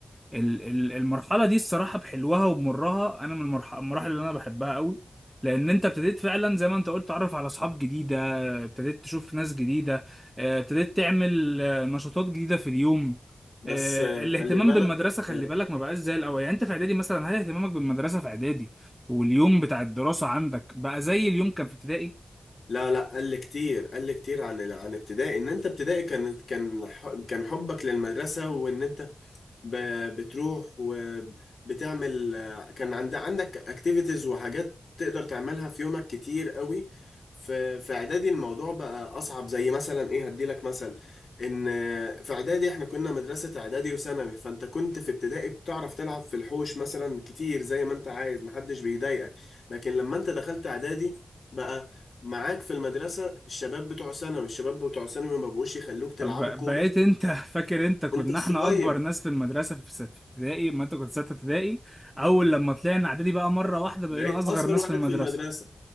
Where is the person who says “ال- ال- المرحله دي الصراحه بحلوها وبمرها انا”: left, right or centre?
Centre